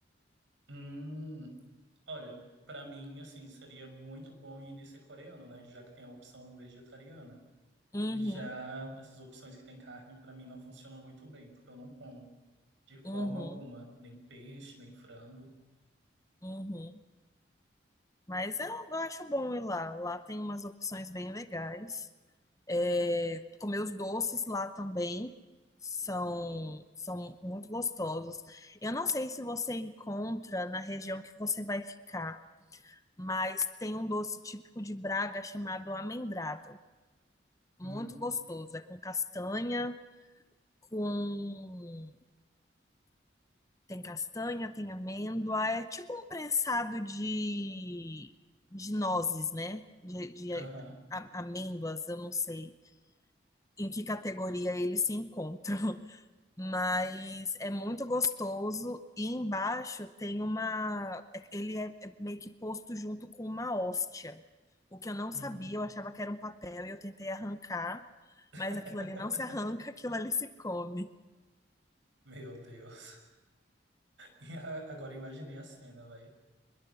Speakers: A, on the right; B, on the left.
A: Hum, olha, pra mim, assim, seria muito bom ir nesse coreano, né? Já que tem a opção vegetariana.
B: Uhum,
A: Já essas opções que tem carne, pra mim, não funcionam muito bem, porque eu não como de forma
B: uhum,
A: alguma, nem peixe, nem frango.
B: uhum. Mas eu, eu acho bom ir lá. Lá tem umas opções bem legais. É, comer os doces lá também são, são muito gostosos. Eu não sei se você encontra na região que você vai ficar, mas tem um doce típico de Braga chamado amendrado. Muito
A: Hum,
B: gostoso. É com castanha, com. Tem castanha, tem amêndoa. É tipo um prensado de, de nozes, né? De, de
A: aham.
B: a- amêndoas, eu não sei em que categoria eles se encontram. <laughs> Mas é muito gostoso. E embaixo tem uma. é, Ele é é meio que posto junto com uma hóstia. O que eu não
A: Uhum.
B: sabia, eu achava que era um papel e eu tentei arrancar.
A: <laughs>
B: Mas aquilo ali não se arranca, <laughs> aquilo ali se come.
A: Meu Deus. E a- agora imaginei a cena, velho.